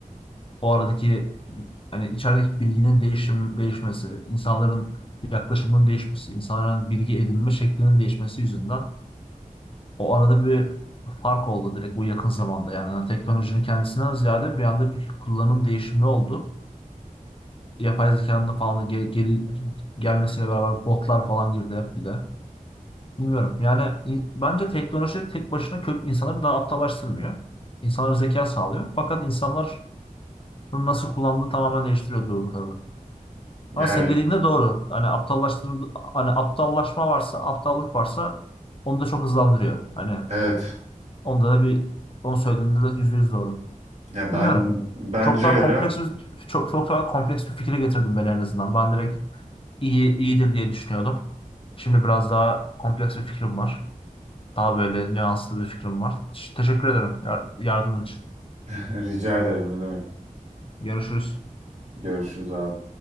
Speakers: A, on the left; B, on the right.
A: o aradaki hani içerideki bilginin değişim değişmesi, insanların yaklaşımının değişmesi, insanların bilgi edinme şeklinin değişmesi yüzünden o arada bir fark oldu direkt bu yakın zamanda yani Hani teknolojinin kendisinden ziyade bir anda bir kullanım değişimi oldu. Yapay zekanın da falan da gel, gel- gelmesiyle beraber botlar falan girdi hep bir de. Bilmiyorum. Yani in- bence teknoloji tek başına kötü insanları daha aptallaştırmıyor. İnsanlara zeka sağlıyor. Fakat insanlar bunu nasıl kullandığı tamamen değiştiriyor durumu tabii.
B: Yani
A: Ama senin dediğin de doğru. Hani aptallaştırma, hani aptallaşma varsa, aptallık varsa onu da çok hızlandırıyor. Hani
B: evet.
A: onda da bir onu söylediğinde de yüzde yüz doğru.
B: Ya ben
A: Bilmiyorum.
B: bence
A: Çok daha
B: öyle.
A: kompleks bir, çok, çok daha kompleks bir fikre getirdim ben en azından. Ben direkt iyi iyidir diye düşünüyordum. Şimdi biraz daha kompleks bir fikrim var. Daha böyle nüanslı bir fikrim var. Teşekkür ederim yar- yardımın için.
B: <laughs> Rica ederim ne demek.
A: Görüşürüz.
B: Görüşürüz abi.